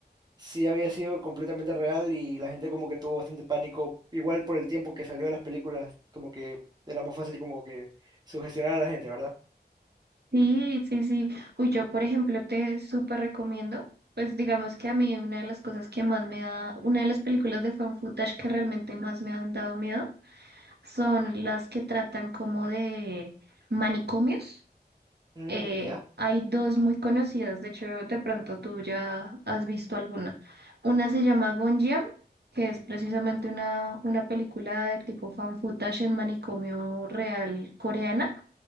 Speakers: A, on the right; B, on the right.
A: sí había sido completamente real y la gente como que tuvo bastante pánico, igual por el tiempo que salió las películas, como que era más fácil como que sugestionar a la gente, ¿verdad?
B: Sí, sí, sí. Uy, yo, por ejemplo, te súper recomiendo, pues digamos que a mí una de las cosas que más me da, una de las películas de found footage que realmente más me han dado miedo son las que tratan como de manicomios.
A: Mm,
B: Eh,
A: ya.
B: hay dos muy conocidas, de hecho, de pronto tú ya has visto alguna. Una se llama Gonjiam, que es precisamente una, una película de tipo fan footage en manicomio real coreana,